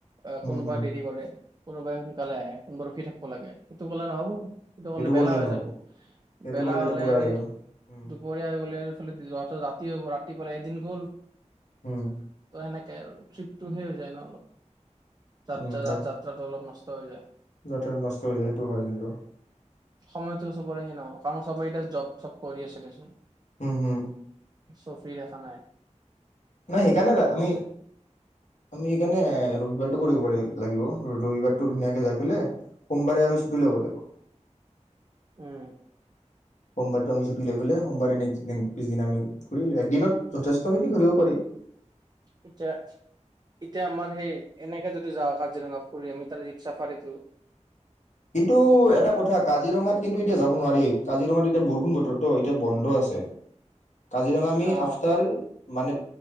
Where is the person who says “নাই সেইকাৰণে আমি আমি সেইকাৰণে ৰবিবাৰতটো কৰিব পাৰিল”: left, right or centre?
Left